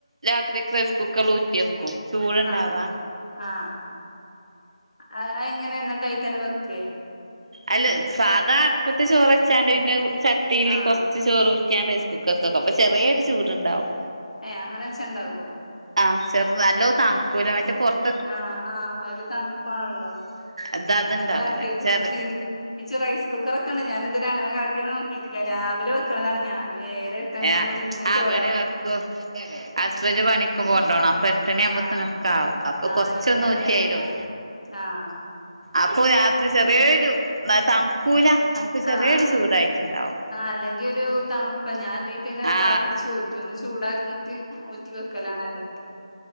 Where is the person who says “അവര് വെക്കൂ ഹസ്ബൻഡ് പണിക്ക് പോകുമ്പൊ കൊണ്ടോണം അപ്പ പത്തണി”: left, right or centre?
Right